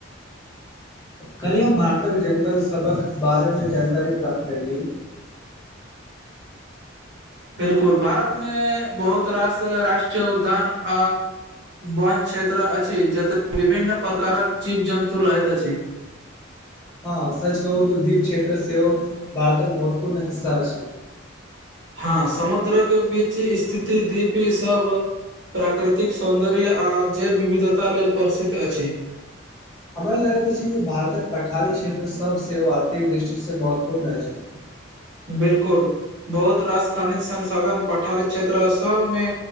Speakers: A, on the left (about 20°); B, on the right (about 60°).
A: कल्हि हम भारतक जंगल सबक बारे मे जानकारी प्राप्त कैली।
B: बिलकुल भारत मे बहुत रास राष्ट्रीय उद्यान आ वन क्षेत्र अछि जतय विभिन्न प्रकारक जीव जन्तु रहैत अछि।
A: हँ सच कहू तो दीप क्षेत्र से हो भारतक महत्वपूर्ण हिस्सा अछि
B: हँ समुद्र केँ बीच स्थिति दीप ई सब। प्राकृतिक सौन्दर्य आ जेव विविधता लेल प्रसिद्ध अछि
A: हमरा लगैत अछि जे भारतक पठारी क्षेत्र सब सेहो आर्थिक दृष्टि से महत्वपूर्ण अछि।
B: बिलकुल बहुत रास खनिज संसाधन पठारित क्षेत्र सबमे।